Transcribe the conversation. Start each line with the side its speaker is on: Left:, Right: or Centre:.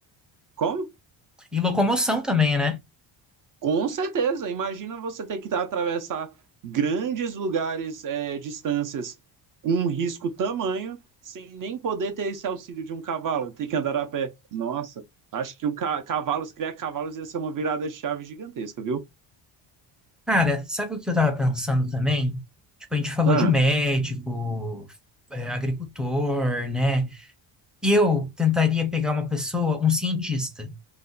Right: Como?
Centre: E locomoção também, né?
Right: Com certeza. Imagina você ter que atravessar grandes lugares, é, distâncias, um risco tamanho, sem nem poder ter esse auxílio de um cavalo, ter que andar a pé. Nossa, acho que o ca cavalos, criar cavalos ia ser uma virada de chave gigantesca, viu?
Centre: Cara, sabe o que eu tava pensando também? Tipo, a gente falou
Right: Ah,
Centre: de médico, é, agricultor, né? Eu tentaria pegar uma pessoa, um cientista.